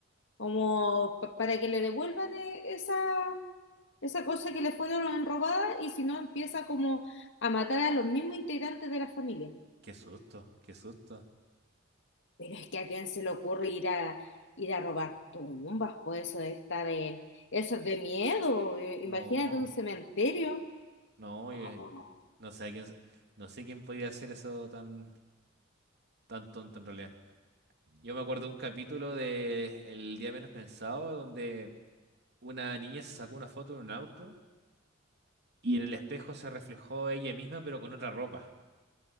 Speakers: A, on the left (about 65°); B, on the right (about 55°).
A: como pa- para que le devuelvan eh, esa, esa cosa que le fueron robada y si no empieza como a matar a los mismos integrantes de la familia.
B: Qué susto, qué susto.
A: Pero es que a quién se le ocurre ir a ir a robar tumbas, pues eso está de eso es de miedo, eh,
B: No,
A: imagínate un cementerio.
B: no,
A: Oh,
B: yo- el- no sé a quién, se- no sé quién podría hacer eso tan, tan tonto en realidad. Yo me acuerdo de un capítulo de El día menos pensado donde una niña se sacó una foto en un auto Y en el espejo se reflejó ella misma, pero con otra ropa.